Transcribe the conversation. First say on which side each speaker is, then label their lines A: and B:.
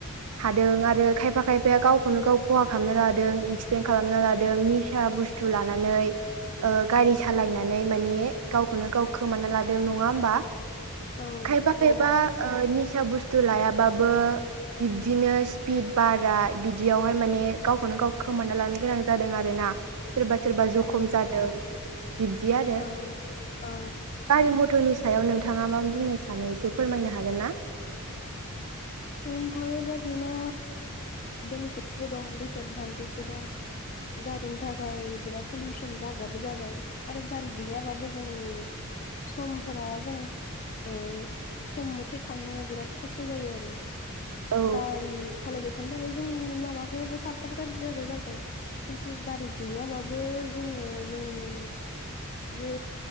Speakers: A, on the right; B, on the left.
A: हादों आरो खायफा खायफाया गावखौनो गाव खहा खालामना लादों एक्सिदेन्ट खालामना लादों निसा बुस्थु लानानै। ओ गारि सालायनानै मानि गावखौनो गाव खोमाना लादों नङा होमबा।
B: औ
A: खायफा खायफा
B: बिराद
A: निसा बुस्थ थु लायाबाबो बिब्दिनो स्पिड बारा बिदियावहाय माने गावखौनो गाव खोमाना लानो गोनां जादों आरो ना। सोरबा सोरबा जखम
B: उम
A: जादों बिब्दि आरो
B: औ औ
A: गारि म टरनि सायाव नोंथाङा मा बुंनो सानो एसे फोरमायनो हागोनना?
B: बुंनो थाङोबा बिना बेनिफिटसबो दं दिसएदभान्टेजबो दं गारिनि थाखाय बिराद पलिउसन जा ग्राबो जाबाय आरो गारि गैयाबाबो जोंनि समफोरा जों ओ सम मथे थांनो बिराद खस्थ' जायो आरो
A: औ
B: गारि सालायबाय थानो थाखाय जोंनि लामाफोराबो थाब थाब गाज्रि जाग्रा जाबाय खिन्थु गारि गैयाबाबो जोङो जोंनि जे